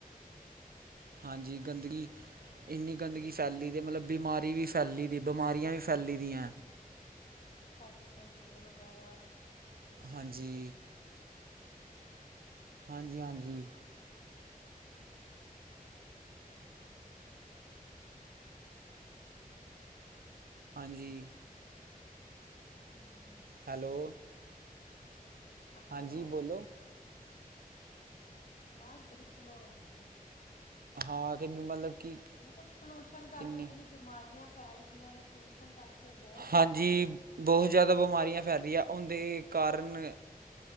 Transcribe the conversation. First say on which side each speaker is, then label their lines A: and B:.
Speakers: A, on the right; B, on the left.
A: ਹਾਂਜੀ ਗੰਦਗੀ ਇੰਨੀ ਗੰਦਗੀ
B: ਦੇਖੋ
A: ਫੈਲੀ ਤੇ ਮਤਲਬ ਬਿਮਾਰੀ ਵੀ ਫੈਲੀ ਦੀ ਬਿਮਾਰੀਆਂ ਵੀ ਫੈਲੀ ਦੀਆਂ
B: ਫੈਕਟਰੀਆਂ ਧੂੰਏ ਵਗੈਰਾ
A: ਹਾਂਜੀ ਹਾਂਜੀ-ਹਾਂਜੀ ਹਾਂਜੀ
B: ਹਮ
A: ਹੈਲੋ
B: ਹੈਲੋ
A: ਹਾਂਜੀ ਬੋਲੋ
B: ਆਵਾਜ਼ ਬੜੀ ਸਲੋਅ ਹੋ ਗਈ
A: ਹਾਂ ਕਿ ਵੀ ਮਤਲਬ ਕਿ
B: ਮੈਂ ਕਿਹਾ ਪੋਲੂਸ਼ਨ ਕਰਕੇ
A: ਕਿੰਨੀ
B: ਇਤਨੀ ਬਿਮਾਰੀਆਂ ਫੈਲ ਰਹੀਆਂ ਨੇ ਪੋਲੂਸ਼ਨ ਕਰਕੇ ਬਹੁਤ
A: ਹਾਂਜੀ
B: ਜ਼ਿਆਦਾ
A: ਬਹੁਤ ਜ਼ਿਆਦਾ ਬਿਮਾਰੀਆਂ ਫੈਲਦੀਆਂ ਉਹਦੇ ਕਾਰਨ